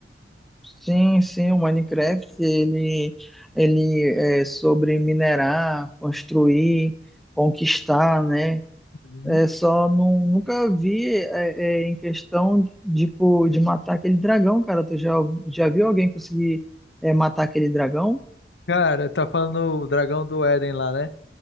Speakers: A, in the centre; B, on the left (about 70°).
A: Sim, sim, o Minecraft ele, ele é sobre minerar, construir, conquistar, né?
B: né?
A: É só não, nunca vi é, é, em questão tipo, de matar aquele dragão, cara. Tu já, já viu alguém conseguir é, matar aquele dragão?
B: Cara, tá falando o dragão do Éden lá, né?